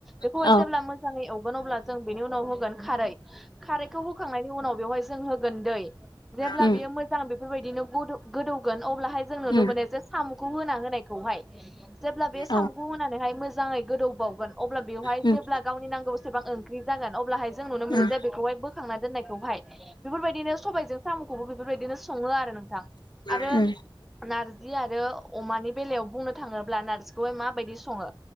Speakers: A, in the centre; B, on the left.
A: बेखौहाय
B: औ
A: जेब्ला मोजाङै एवगोन अब्ला जों बेनि उनाव होगोन खारै खारैखौ होखांनायनि उनाव बेवहाय जों होगोन दै जेब्ला
B: उम
A: बियो मोजां बेफोरबायदिनो गोदौ गोदौगोन अब्लाहाय जों नुनो
B: उम
A: मोनो जे साम'खौ होना होनायखौहाय। जेब्ला बे
B: औ
A: सामु होनानैहाय मोजाङै गोदौबावगोन अब्ला बेवहाय
B: उम
A: जेब्ला गावनि नांगौ। बेसेबां ओंख्रि जागोन अब्लाहाय जों नुनो
B: औ उम
A: मोनो जे
B: औ
A: बेखौहाय बोखांना दोन्नायखौहाय बेफोरबायदिनो सबायजों साम'खौबो बेफोरबायदिनो सङो आरो नोंथां।
B: उम
A: आरो
B: उम
A: नार्जि आरो अमानि बेलायाव बुंनो थाङोब्ला नार्जिखौहाय माबायदि सङो।